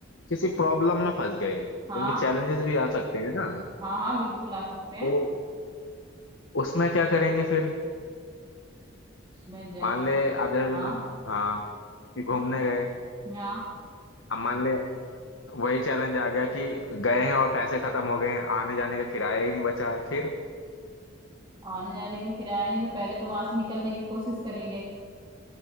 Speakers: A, on the left; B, on the right.
A: किसी प्रॉब्लम में फंस गए क्योंकि
B: हाँ
A: चैलेंजेस भी आ सकते हैं ना
B: हाँ हाँ बिल्कुल आ सकते हैं
A: तो उसमें क्या करेंगे फिर
B: उसमें जैस
A: मान ले आप जैसे
B: हाँ
A: ना हाँ कि
B: बिल्कुल
A: घूमने गए
B: हाँ
A: अब मान ले वही चैलेंज आ गया कि गए हैं और पैसे खत्म हो गए हैं आने जाने का किराया ही नहीं बचा है फिर
B: आने जाने का किराया नहीं तो पहले तो वहां से निकलने की कोशिश करेंगे